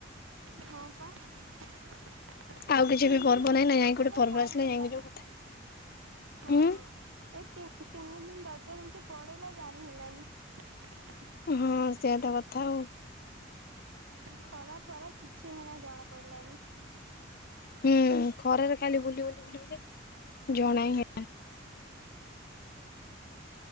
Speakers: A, on the right (about 85°); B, on the left (about 50°).
A: ହଁପା। ତିନି
B: ଆଉ କିଛି
A: ଦିନି
B: ବି ପର୍ବ
A: କୁଆଡ଼େ
B: ନାହିଁ ନା
A: ପଳେଇଲା
B: ଯାଇକି ଗୋଟେ ପର୍ବ
A: ଜାଣି
B: ଆସିଲେ
A: ହେଲାନି
B: ଯାଇକି ଯୋଉ କଥା।
A: ହଁ।
B: ଉଁ
A: ଏଇ ତିନ ତିନି ଦିନି ରଜ ଏମିତି ପଳେଇଲା ଜାଣି ହେଲାନି।
B: ହଁ ସେଇଆତ କଥା ଆଉ।
A: ଖରା ଫରା କିଛି ମାନେ ଜଣା ପଡ଼ିଲାନି।
B: ହୁଁ ଖରାରେ ଖାଲି ବୁଲି ବୁଲି ବୁଲି ବୁଲି ଜଣାଇ